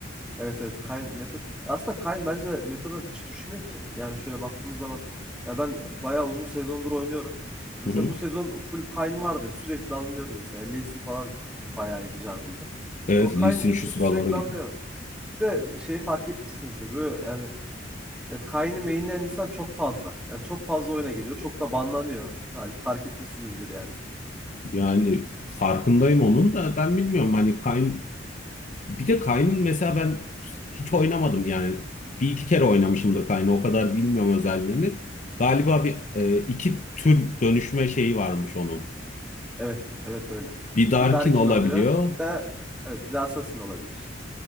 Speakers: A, in the centre; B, on the left.
A: Evet evet Kayn Meta. Aslında Kayn bence Meta'dan hiç düşmüyor ki. Yani şöyle baktığımız zaman ya ben bayağı uzun sezondur oynuyorum. Mesela
B: Hı hı.
A: bu sezon full Kayn vardı. Sürekli alınıyordu mesela. Lee Sin falan bayağı iyiydi jungle'da.
B: Evet,
A: Ama Kayn
B: Lee Sin
A: sü-
B: şu sıraları
A: sürekli alınıyor. Bir de şeyi fark etmişsinizdir. Böyle yani e, Kayn'i mainleyen insan çok fazla. Yani çok fazla oyuna geliyor. Çok da banlanıyor. Belki fark etmişsinizdir yani.
B: Yani farkındayım onun da ben bilmiyorum hani Kayn bir de Kayn'ın mesela ben hiç oynamadım yani bir iki kere oynamışımdır Kayn'ı o kadar bilmiyorum özelliğini. Galiba bir e, iki tür dönüşme şeyi varmış onun.
A: Evet, evet öyle.
B: Bir Darkin
A: Bir Darkin
B: olabiliyor
A: oluyor. Bir de evet, bir de Assassin olabilir işte.